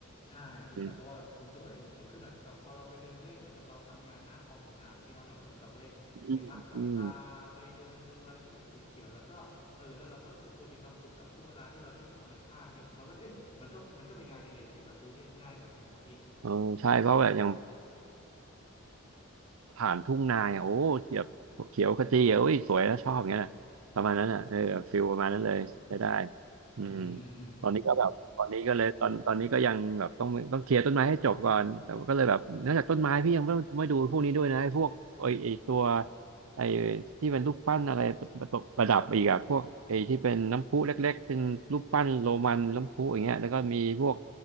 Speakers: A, on the left (about 30°); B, on the right (about 75°).
A: ใช่พี่ใช่เพราะว่าแบบผมรู้สึกว่าเอ้ยเหมือนคือแบบกับพอเราไปเดินเล่นเหมือนกับเราทำงานหน้าคอมอยู่นานนะพี่เนาะเราก็เหมือนกับได้
B: อืมอืมอืม
A: ไปพักสายตาไปเดินดูอะไรที่มันเขียวๆแล้วก็เออแล้วเราก็รู้สึกเออมีความสุขกับช่วงเวลาที่เราได้อยู่กับธรรมชาติเงี้ยผมว่าเอ้ยมันก็มันก็เป็นงานอดิเรกที่แบบดูเรียบง่ายแบบหนึ่งนะพี่
B: เออใช่เพราะแบบอย่าง ผ่านทุ่งนาอ่ะโอ้เขียวเขียวขจีอ่ะโอ้ยสวยแล้วชอบอย่างเงี้ยนะประมาณนั้นอ่ะเออฟิลประมาณนั้นเลยได้ได้อืม
A: อืม
B: ตอนนี้ก็แบบตอนนี้ก็เลยตอนตอนนี้ก็ยังแบบต้องต้องเคลียร์ต้นไม้ให้จบก่อนแต่ว่าก็เลยแบบนอกจากต้นไม้พี่ยังไม่ไม่ดูพวกนี้ด้วยนะไอ้พวกไอ้ไอ้ตัวไอ้ที่เป็นรูปปั้นอะไรประประประดับอีกอะพวกไอ้ที่เป็นน้ำพุเล็กๆเป็นรูปปั้นโรมันน้ำพุอย่างเงี้ยแล้วก็มีพวก